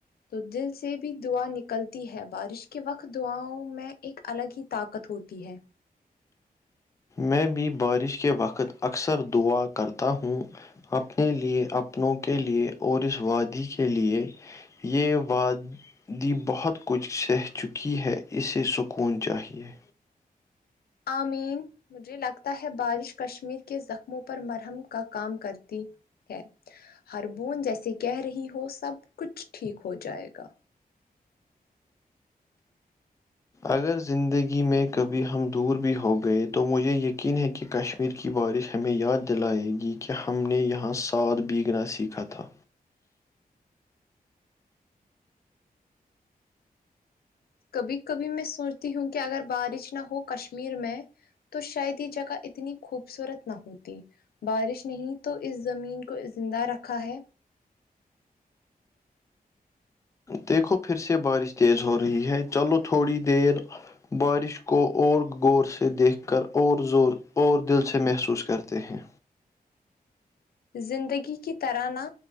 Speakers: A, on the left (about 80°); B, on the left (about 20°).
A: تو دل سے بھی دعا نکلتی ہے بارش کے وقت دعاؤں میں ایک الگ ہی طاقت ہوتی ہے
B: میں بھی بارش کے وقت اکثر دعا کرتا ہوں اپنے لیے اپنوں کے لیے اور اس وادی کے لیے یہ واد دی بہت کچھ سہ چکی ہے اسے سکون چاہیے
A: امین مجھے لگتا ہے بارش کشمیر کے زخموں پر مرہم کا کام کرتی ہے ہار بوند جیسے کہہ رہی ہو سب کچھ ٹھیک ہو جائے گا
B: اگر زندگی میں کبھی ہم دور بھی ہو گئے تو مجھے یقین ہے کہ کشمیر کی بارش ہمیں یاد دلائے گی کہ ہم نے یہاں سات بیگنا سیکھا تھا
A: کبھی کبھی میں سوچتی ہوں کہ اگر بارش نہ ہو کشمیر میں تو شاید یہ جگہ اتنی خوبصورت نہ ہوتی بارش نے ہے تو اس زمین کو زندہ رکھا ہے
B: دیکھو پھر سے بارش تیز ہو رہی ہے چلو تھوڑی دیر بارش کو اور غور سے دیکھ کر اور زور اور دل سے محسوس کرتے ہیں
A: زندگی کی طرح نہ